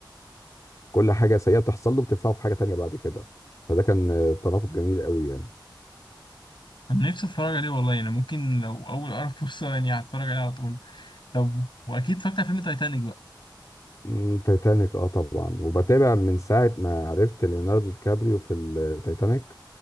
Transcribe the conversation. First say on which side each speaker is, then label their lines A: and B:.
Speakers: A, on the left; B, on the left.
A: كل حاجه سيئه بتحصل له بتنفعه في حاجه تانية بعد كده فده كان آه، تناقض جميل قوي يعني
B: أنا نفسي أتفرج عليه والله يعني ممكن لو أول أقرب فرصة يعني هتفرج عليه على طول طب واكيد اتفرجت على فيلم تايتانيك بقى
A: أمم، تايتانيك اه طبعا وبتابع من ساعه ما عرفت ليوناردو دي كابريو في التايتانيك